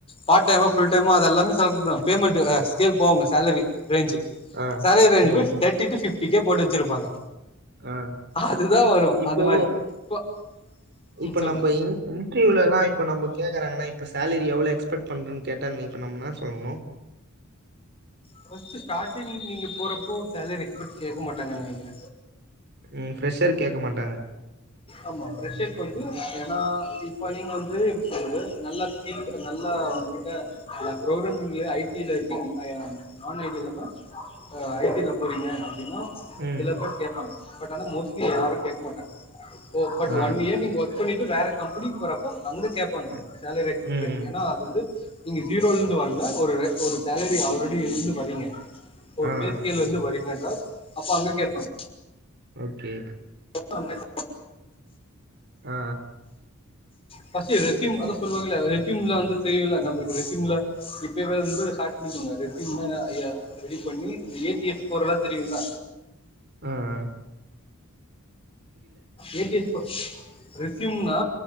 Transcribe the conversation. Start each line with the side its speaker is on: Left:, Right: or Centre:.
Left: பார்ட் டைம்மா ஃபுல் டைம்மா அதெல்லாமே செலக் ப பேமண்ட்டு அ ஸ்கேல் போவாங்க சேலரி ரேஞ்சு
Right: ஆ.
Left: சேலரி ரேஞ்ச்
Right: ம்,
Left: போயி
Right: ம்.
Left: தேர்ட்டி டூ ஃபிப்டிக்கே போட்டு வச்சிருப்பாங்க
Right: அ
Left: அதுதான் வரும்
Right: இப்போ
Left: அந்த மாதிரி இப்போ ம்
Right: இப்போ
Left: சொல்லுங்க
Right: நம்ப இன் இன் இன்ட்ரிவ்யூலெல்லா இப்ப நம்ப கேக்குறாங்கனா இப்ப சேலரி எவ்ளோ எக்ஸ்பெக்ட் பண்றன் கேட்டா இப்ப நம் இன்னா சொல்லணு
Left: ஃபர்ஸ்ட்டு ஸ்டார்டிங் நீங்க போறப்போ சேலரி எக்ஸ்பெக்ட் கேக்க மாட்டங்க நெனைக்கிற
Right: ம் ஃப்ரெஷ்ஷருக் கேக்க மாட்டாங்க
Left: ஆமா ஃப்ரெஷருக்கு வந்து ஏன்னா இப்ப நீங்க வந்து எப்டி சொல்றது நல்ல முக்கியம் நல்லா உட்டா நா புரோகிராமிங்லா ஐ டில இருக்க ஐ எம் நான் ஐ டி இல்லாம ஐ டில போறீங்க அப்டின்னா
Right: ம்.
Left: இதுல பேர் கேப்பாங்க பட் ஆனா மோஸ்ட்லி யாரும் கேக்க மாட்டாங்க சோ பட்
Right: ஆ,
Left: ஒன் இயர் நீங்க ஒர்க் பண்ணிட்டு வேற கம்பெனிக்கு வரப்போ அங்க கேப் பாங்க
Right: ஆ.
Left: சேலரி எக்ஸ்பெக்ட்டு
Right: ம், ம்.
Left: ஏன்னா அது வந்து நீங்க ஜீரோலுந்து வரல ஒரு ஒரு சேலரி ஆல்ரெடி இருந்து வரீங்க ஒரு
Right: ஆ, ஆ,
Left: பே ஸ்கேல்லந்து
Right: ஆ.
Left: வரீங்க என்றால் அப்ப அங்க கேப்பாங்க
Right: ஓகே
Left: <inaudible>
Right: ஆ, ஆ,
Left: ஃபர்ஸ்ட்டு ரெஸ்யூம் அதா சொல்லுவாங்கள்ல ரெஸ்யூம்ல வந்து தெரியுல நம்ளுக்கு ரெஸ்யூம்ல இப்பவே வந்து ஷார்ட் பண்ணிக்கோங்க ரெஸ்யூம் தா ஐயா ரெடி பண்ணி இந்த ஏ டி எம் போடல்லா தெரியுல
Right: அ அ
Left: ஏ டி எம் பா ரெஸ்யூம்னா